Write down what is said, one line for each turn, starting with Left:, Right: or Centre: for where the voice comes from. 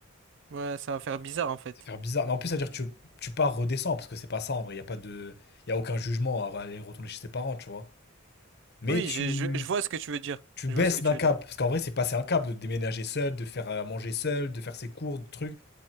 Right: Ouais, ça va faire bizarre, en fait.
Left: Ça fait bizarre. Mais en plus, ça veut dire que tu, tu pars redescends parce que c'est pas ça en vrai. Il y a pas de, il y a aucun jugement à aller retourner chez ses parents, tu vois. Mais
Right: Oui,
Left: tu,
Right: je, je, je vois ce que tu veux dire.
Left: tu baisses
Right: Je vois ce que tu
Left: d'un cap.
Right: veux dire.
Left: Parce qu'en vrai, c'est passer un cap de déménager seul, de faire à manger seul, de faire ses cours, de trucs.